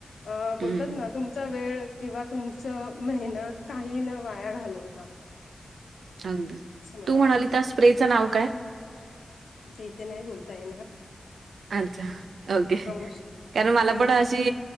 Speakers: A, on the left (about 80°); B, on the right (about 90°).
A: अ बोलतात
B: हं,
A: ना तुमचा वेळ किंवा तुमचं मेहनत काही न वाया घालवता
B: अगदी
A: असं मला
B: तू म्हणालतास
A: वाटतं
B: स्प्रेचं नाव काय
A: ते इथे नाही बोलता येणार.
B: अच्छा ओके
A: प्रमोश
B: कारण मला
A: नंतर
B: पण अशी